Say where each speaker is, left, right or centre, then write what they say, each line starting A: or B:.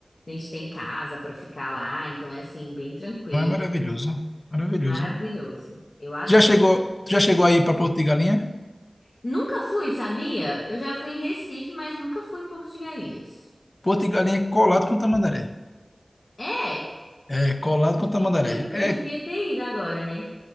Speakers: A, on the left; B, on the left.
A: A gente tem casa pra ficar lá, então é assim, bem tranquilo,
B: Então é maravilhoso, maravilhoso.
A: maravilhoso. Eu adoro.
B: Já chegou, já chegou aí para Porto de Galinha?
A: Nunca fui, sabia? Eu já fui em Recife, mas nunca fui em Porto de Galinhas.
B: Porto de Galinha é colado com Tamandaré.
A: É,
B: É colado com Tamandaré.
A: putz, eu
B: É,
A: devia ter ido agora, né?